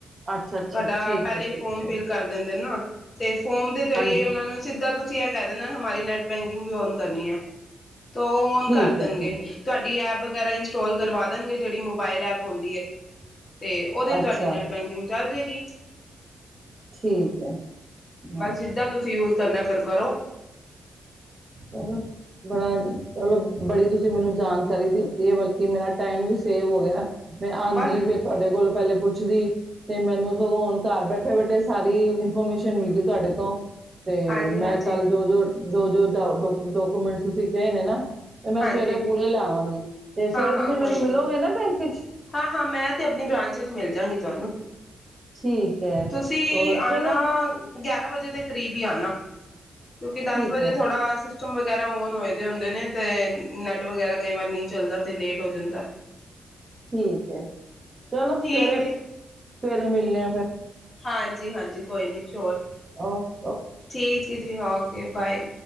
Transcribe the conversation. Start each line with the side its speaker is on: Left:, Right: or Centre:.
Right: ਅੱਛਾ ਅੱਛਾ
Left: ਤੁਹਾਡਾ
Right: ਠੀਕ
Left: ਪਹਿਲੇ
Right: ਹੈ ਠੀਕ
Left: ਫੋਰਮ
Right: ਹੈ
Left: ਫਿਲ ਕਰ ਦਿੰਦੇ ਨਾ। ਤੇ ਫੋਨ ਦੇ ਜਰੀਏ
Right: ਹਾਂਜੀ
Left: ਉਹਨਾਂ ਨੂੰ ਸਿੱਧਾ ਤੁਸੀਂ ਇਹ ਕਹਿ ਦੇਣਾ ਹਮਾਰੀ ਨੈਟ ਬੈਂਕਿੰਗ ਵੀ ਓਨ ਕਰਨੀ ਹੈ ਤੋ ਉਹ ਓਨ
Right: ਠੀਕ
Left: ਕਰ
Right: ਹੈ
Left: ਤੁਹਾਡੀ
Right: ਠੀਕ
Left: ਇਹ ਐਪ ਵਗੈਰਾ ਇੰਸਟਾਲ ਕਰਵਾ ਦੇਣਗੇ ਜਿਹੜੀ ਮੋਬਾਈਲ ਐਪ ਹੁੰਦੀ ਹੈ। ਅਤੇ ਉਹਦੇ
Right: ਹੈ
Left: ਤੁਹਾਡੀ
Right: ਅੱਛਾ
Left: ਨੈਟ ਬੈਂਕਿੰਗ ਚੱਲ ਜਾਏਗੀ।
Right: ਠੀਕ ਹੈ ਹਾਂ
Left: ਬਸ ਜਿੱਦਾਂ ਤੁਸੀਂ ਯੂ। ਕਰਨਾ ਫਿਰ ਕਰੋ।
Right: ਚਲੋ ਬੜਾ ਚਲੋ ਬੜੀ ਤੁਸੀਂ ਮੈਨੂੰ ਜਾਣਕਾਰੀ ਦਿੱਤੀ ਹੈ ਬਲਕਿ ਮੇਰਾ ਟਾਈਮ ਵੀ ਸੇਵ ਹੋ ਗਿਆ ਮੈਂ ਆਉਂਦੀ
Left: ਬਸ
Right: ਫਿਰ ਤੁਹਾਡੇ ਕੋਲ ਪਹਿਲੇ ਪੁੱਛ ਵਿੱਚ ਦੀ ਤੇ ਮੈਨੂੰ ਸਗੋਂ ਹੁਣ ਘਰ ਬੈਠੇ- ਬੈਠੇ ਸਾਰੀ ਇਨਫੋਰਮੇਸ਼ਨ ਮਿਲ ਗਈ। ਤੁਹਾਡੇ ਤੋਂ ਤੇ
Left: ਹਾਂਜੀ
Right: ਮੈਂ
Left: ਹਾਂਜੀ
Right: ਕੱਲ ਜੋ ਜੋ ਜੋ ਜੋ ਡੋਕੂਮੈਂਟ ਤੁਸੀਂ ਕਹੇ ਨੇ ਨਾ ਤੇ ਮੈਂ
Left: ਹਾਂਜੀ
Right: ਸਵੇਰੇ ਪੂਰੇ ਲੈ ਆਵਾਂਗੀ ਤੇ ਸਵੇਰੇ
Left: ਹਾਂ ਹਾਂ
Right: ਤੁਸੀਂ
Left: ਕੋਈ
Right: ਮੈਨੂੰ
Left: ਨਹੀਂ
Right: ਮਿਲੋਗੇ ਨਾ ਬੈਂਕ ਚ।
Left: ਹਾਂ ਹਾਂ ਮੈਂ ਤੇ ਆਪਣੀ ਬ੍ਰਾਂਚ ਵਿੱਚ ਮਿਲਜਾਂਗੀ ਤੁਹਾਨੂੰ।
Right: ਠੀਕ ਹੈ
Left: ਤੁਸੀਂ
Right: ਹੋਰ
Left: ਆਣਾ।
Right: ਚਲੋ
Left: ਗਿਆਰਾਂ ਵਜੇ ਦੇ ਕਰੀਬ ਹੀ ਆਣਾ। ਕਿਉਂਕਿ ਦਸ
Right: ਠੀਕ
Left: ਵਜੇ
Right: ਹੈ
Left: ਥੋੜਾ ਅਸੀੰ ਸਿਸਟਮ ਵਗੈਰਾ ਓਨ ਹੋਏ ਦੇ ਹੁੰਦੇ ਨੇ ਤੇ ਨੈਟ ਵਗੈਰਾ ਕਈ ਵਾਰ ਨਹੀਂ ਚੱਲਦਾ ਤੇ ਲੇਟ ਹੋ ਜਾਂਦਾ।
Right: ਠੀਕ ਹੈ ਚਲੋ ਸਵੇਰੇ-
Left: ਠੀਕ ਹੈ
Right: ਸਵੇਰੇ ਮਿਲਣੇ ਆ ਫਿਰ।
Left: ਹਾਂਜੀ- ਹਾਂਜੀ ਕੋਈ ਨਹੀਂ ਸ਼ੋਰ।
Right: ਆਹ।
Left: ਠੀਕ ਹੈ ਜੀ ਹਾਂ ਓਕੇ ਬਾਏ।